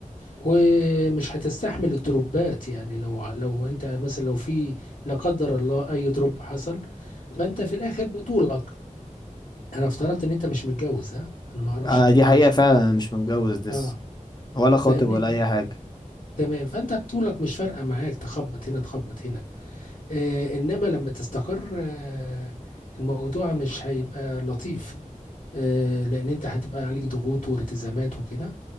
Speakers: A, on the left; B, on the left.
A: ومش هتستحمل الدروبات يعني لو لو انت مثلا لو في لا قدر الله اي دروب حصل فانت في الاخر بطولك انا افترضت ان انت مش متجوز ها انا ما اعرفش
B: آه
A: انت
B: دي
A: متجوز
B: حقيقه فعلا انا مش متجوز لسه
A: اه
B: ولا خاطب
A: فاهمني
B: ولا
A: ف-
B: اي حاجه
A: <laughs> تمام فانت بطولك مش فارقه معاك تخبط هنا تخبط هنا آه انما لما تستقر آه الموضوع مش هيبقى لطيف آه لان انت هتبقى عليك ضغوط والتزامات وكده